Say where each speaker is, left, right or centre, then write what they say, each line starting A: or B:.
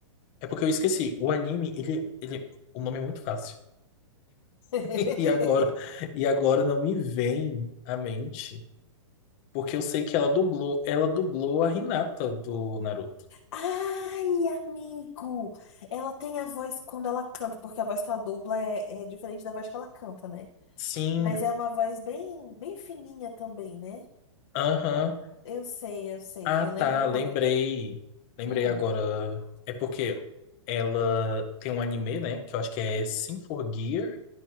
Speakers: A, on the left; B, on the left.
A: É porque eu esqueci. O anime, ele, ele, o nome é muito fácil.
B: <laughs>
A: <laughs> E agora, e agora não me vem à mente, porque eu sei que ela dublou, ela dublou a Hinata do Naruto.
B: Ai, amigo! Ela tem a voz quando ela canta, porque a voz que ela dubla é, é diferente da voz que ela canta, né?
A: Sim,
B: Mas é uma voz bem, bem fininha também, né?
A: aham.
B: Eu sei, eu sei.
A: Ah,
B: Eu
A: tá,
B: lembro quando.
A: lembrei. Lembrei
B: Hum,
A: agora. É porque ela tem um anime, né, que eu acho que é Sin for Gear